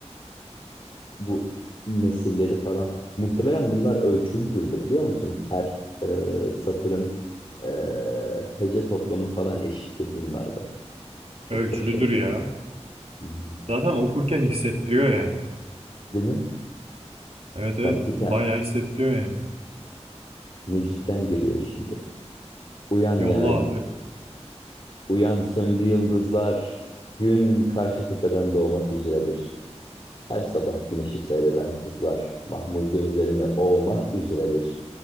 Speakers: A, on the left; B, on the right.
A: bu nesilleri falan. Muhtemelen bunlar ölçülüdür de biliyor musun? Her e, satırın e, hece toplamı falan eşittir bunlarda. Çok
B: Ölçülüdür
A: başarılı
B: ya.
A: ya. Hı hı.
B: Zaten okurken hissettiriyor yani.
A: Değil mi?
B: Evet evet
A: Bak bir tane
B: bayağı hissettiriyor yani.
A: Necip'ten geliyor şimdi. Uyan
B: Yolla
A: yarim.
B: abi.
A: Uyan söndü yıldızlar, gün karşı tepeden doğmak üzeredir. Her sabah güneşi seyreden kızlar mahmur gözlerini ovmak üzeredir.